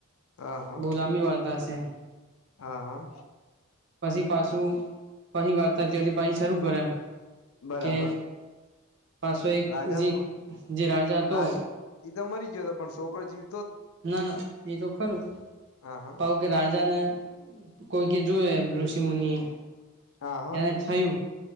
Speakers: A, on the left; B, on the right.
A: હા હા
B: બહુ લાંબી વાર્તા હશે એમ.
A: હા હા
B: પછી પાછું પછી વાર્તા ત્યાંથી પછી શરૂ કરે એમ.
A: બરાબર.
B: કે પાછો એક
A: રાજામાં
B: જે જે રાજા હતો
A: રાજ એ તો મરી ગયોતો પણ છોકરો જીવ
B: ના ના એ તો ખરું
A: હા હા
B: પાહુ કે રાજાને કોઈકે જોય એમ ઋષિ મુનિએ.
A: હા હા
B: એને થયું